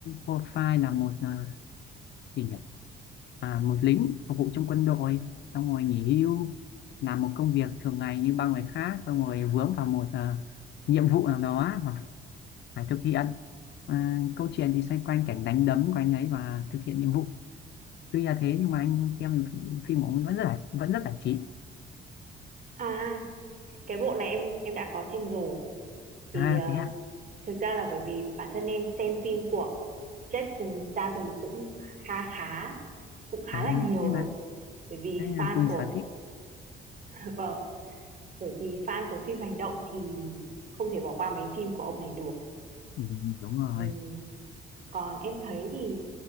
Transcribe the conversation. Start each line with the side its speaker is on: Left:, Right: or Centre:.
Left: profile là một à, thì nhỉ? à, một lính phục vụ trong quân đội xong rồi nghỉ hưu làm một công việc thường ngày như bao người khác xong rồi vướng vào một ờ, nhiệm vụ nào đó mà phải thực hiện à, câu chuyện thì xoay quanh cảnh đánh đấm của anh ấy và thực hiện nhiệm vụ tuy là thế nhưng mà anh xem phim của ông vẫn rất là vẫn rất giải trí
Right: À, cái bộ này em em đã có xem rồi. Thì,
Left: à
Right: ờ,
Left: thế à,
Right: thực ra là bởi vì bản thân em xem phim của Jason Statham cũng khá khá cũng khá
Left: à
Right: là nhiều
Left: thế là,
Right: rồi, bởi vì
Left: thế
Right: fan
Left: là cùng
Right: của
Left: sở thích
Right: <laughs> vâng. Bởi vì fan của phim hành động thì không thể bỏ qua mấy phim của ông này được.
Left: ừ, đúng rồi
Right: Ừm, còn em thấy thì